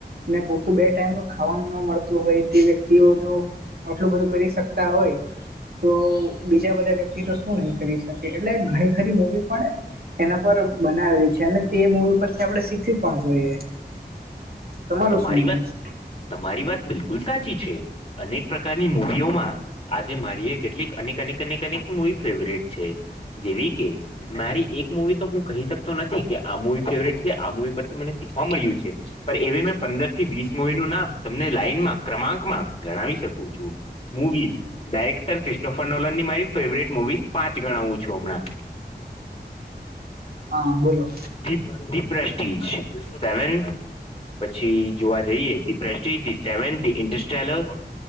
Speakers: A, on the right; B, on the left.
A: ને પૂરતું બે ટાઈમનું ખાવાનું ન મળતું હોય તે વ્યક્તિઓ જો આટલું બધું કરી શક તા હોય તો બીજા બધા વ્યક્તિ તો શું નહી કરી શકે એટલે ઘણી ખરી મુવી પણ એના પર બનાવેલી છે અને તે મૂવી પરથી આપણે શીખવી પણ જોઈએ. તમારું
B: તમારી
A: શું માનવું
B: વાત
A: છે
B: તમારી વાત બિલકુલ સાચી છે અનેક પ્રકારની મૂવીઓમાં આજે મારી એ કેટલીક અનેક અનેક અનેક અનેક મુવી ફેવરેટ છે જેવી કે મારી એક મૂવી તો હું કહી શકતો નથી કે આ મુવી ફેવરેટ છે આ મુવી પરથી મને શીખવા મળ્યું છે ફરી એવી મેં પંદર થી વીસ મુવી નું નામ તમને લાઈનમાં ક્રમાંકમાં ગણાવી શકું છું મુવીઝ ડાયરેક્ટર ક્રિસ્ટોફરનલોની મારી ફેવરેટ મુવીઝ પાંચ ગણાવું છું હમણાં.
A: હા બોલો
B: દીપ દીપ પ્રેસ્ટિજ સેવન. પછી જોવા જઈએ the prestige the seven the interstellar.